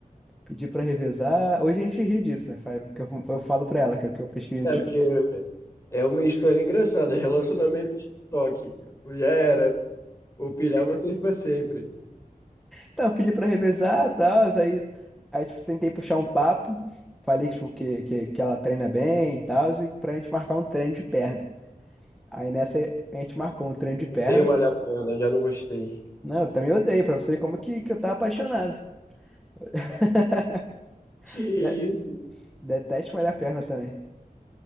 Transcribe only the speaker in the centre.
Pedi pra revezar. Hoje a gente ri disso, né? Fa- que Eu, eu falo pra ela que eu, que eu pesquisei
no TikTok.
Então, eu pedi pra revezar e tal, aí, aí tipo, tentei puxar um papo, falei que, tipo, que, que, que ela treina bem e tal, e pra gente marcar um treino de perna. Aí nessa a gente marcou um treino de perna.
Não, eu também odeio, pra você ver como que, que eu tava apaixonado. <laughs>
De- detesto malhar a perna também.